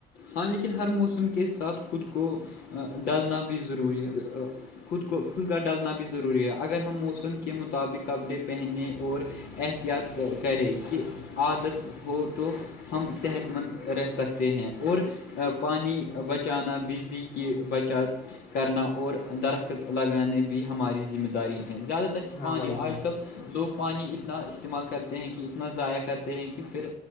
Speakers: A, on the left; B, on the left.
A: ہاں لیکن ہر موسم کے ساتھ خود کو ڈالنا بھی ضروری ہے خود کو خود کا ڈالنا بھی ضروری ہے اگر موسم کے مطابق کپڑے پہننے اور احتیاط کریں کہ عادت ہو تو ہم صحت مند رہ سکتے ہیں اور پانی بچانا بجلی کی بچت کرنا اور درخت لگانے بھی ہماری ذمہ داری ہیں زیادہ تر کہ
B: ہاں
A: پانی
B: بھائی جان
A: آج کل لوگ پانی اتنا استعمال کرتے ہیں کہ اتنا ضائع کرتے ہیں کہ پھر